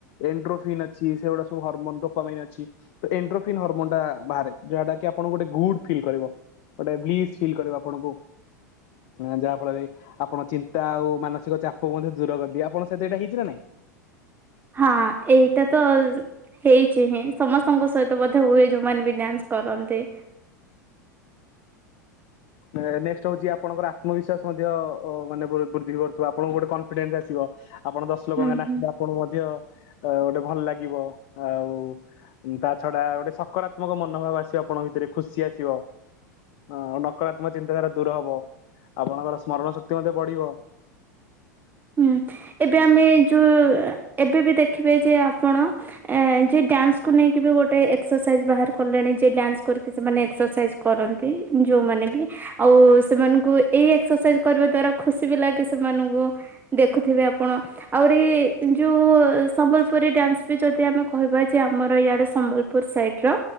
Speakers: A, on the left; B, on the right.
A: ଏଣ୍ଡ୍ରୋଫିନ୍ ଅଛି। ସେଗୁଡା ସବୁ ହର୍ମୋନ ର କମି ଅଛି। ଏଣ୍ଡ୍ରୋଫିନ ହରମୋନ ଟା ବାହାରେ ଯାହାଟା କି ଆପଣଙ୍କୁ ଗୋଟେ ଗୁଡ ଫିଲ କରିବ, ଗୋଟେ ବ୍ଲିସ ଫିଲ କରିବ ଆ ପଣକୁୁ। ଅଁ ଯାହା ଫଳରେ ଆପଣ ଚିନ୍ତା ଆଉ ମାନସିକ ଚାପକୁ ମଧ୍ୟ ଦୂର କରନ୍ତି। ଆପଣ ସେ ଦିଟା ହେଇଛି ନା ନାଇଁ।
B: ହଁ ଏଇଟା ତ ଅ ଜ ହେଇଛି ହିଁ। ସମସ୍ତଙ୍କ ସହିତ ବଧେ ହୁଏ ଯୋଉ ମାନେ ବି ଡ୍ୟାନ୍ସ କରନ୍ତି।
A: ଏ ନେକ୍ସଟ ହଉଛି ଆପଣଙ୍କର ଆତ୍ମବିଶ୍ୱାସ ମଧ୍ୟ ଅ ମାନେ ବୃ ବୃଦ୍ଧି କରୁଥିବ। ଆପଣଙ୍କୁ ଗୋଟେ କନଫିଡେନ୍ସ ଆସିବ। ଆପଣ ଦଶ ଲୋକଙ୍କ
B: ହୁଁ
A: <unintelligible>
B: ହୁଁ।
A: ଆପଣଙ୍କୁ ମଧ୍ୟ ଅ ଗୋଟେ ଭଲ ଲାଗିବ ଆଉ ଉଁ ତା ଛଡା ଗୋଟେ ସକାରାତ୍ମକ ମନୋଭାବ ଆସିବ ଆପଣଙ୍କ ଭିତରେ, ଖୁସି ଆସିବ। ଅଁ ନ କରାତ୍ମକ ଚିନ୍ତାଧାରା ଦୂର ହବ। ଆପଣଙ୍କର ସ୍ମରଣ ଶକ୍ତି ମଧ୍ୟ ବଢିବ।
B: ହୁଁ। ଏବେ ଆମେ ଯୋଉ ଏବେ ବି ଦେଖିବେ ଯେ ଆପଣ ଅଁ ଯେ ଡ୍ୟାନ୍ସକୁୁ ନେଇକି ବି ଗୋଟେ ଏକ୍ସରସାଇଜ ବାହାର କଲେଣି। ଯେ ଡ୍ୟାନ୍ସ କରିକି ସେମାନେ ଏକ୍ସରସାଇଜ କରନ୍ତି ଯୋଉମାନେ ବି ଆଉ ସେମାନଙ୍କୁ ଏଇ ଏକ୍ସରସାଇଜ କରିବା ଦ୍ଵାରା ଖୁସି ବି ଲାଗେ ସେମାନଙ୍କୁ ଦେଖୁଥିବେ ଆପଣ। ଆହୁରି ଯୋଉ ସମ୍ବଲପୁରୀ ଡ୍ୟାନ୍ସ ବି ଯଦି ଆମେ କହିବା ଯେ ଆମର ଇଆଡେ ସମ୍ବଲ ପୁର ସାଇଡ଼ ର